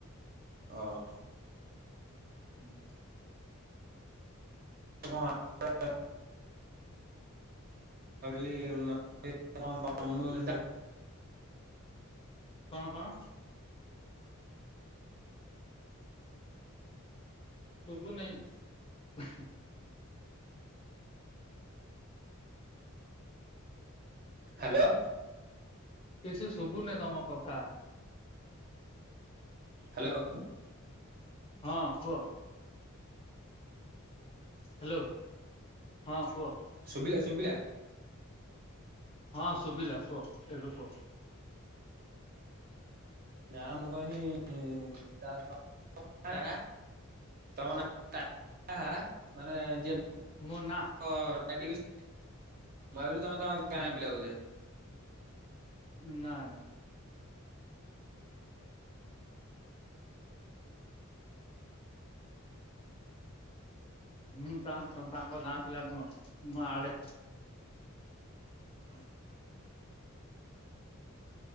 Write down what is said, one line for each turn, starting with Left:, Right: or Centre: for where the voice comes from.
Right: ଅଁ।
Left: ହୁଁ।
Right: <inaudible> <inaudible> କହିଲି <inaudible>
Left: କଣ କଣ? ଶୁଭୁନେଇଁ। ହ
Right: ହାଲୋ।
Left: କିଛି ଶୁଭୁନି ତମ କଥା।
Right: ହାଲୋ।
Left: ହଁ କୁହ। ହାଲୋ ହଁ କୁହ।
Right: ଶୁବିଲା ଶୁବିଲା।
Left: ହଁ ଶୁଭିଲା କୁହ ଏବେ କୁହ।
Right: ନା ମୁଁ କହିଲି ଇଁ ତାର ତ <inaudible> ଆଁ ତମ ନା <inaudible> ମାନେ ଯେ
Left: ମୋ ନା
Right: ହ <inaudible> ହେଲାକି ମୁଁ ଭାବିଲି ତମେ ତମ ଗାଁ
Left: ହୁଁ
Right: ପିଲା ବୋଧେ।
Left: ନା ନା। ହୁଁ ତା ତାଙ୍କ ଗାଁ ପିଲା ନୁହଁ ମୁଁ ଆଡେ।
Right: ହଁ।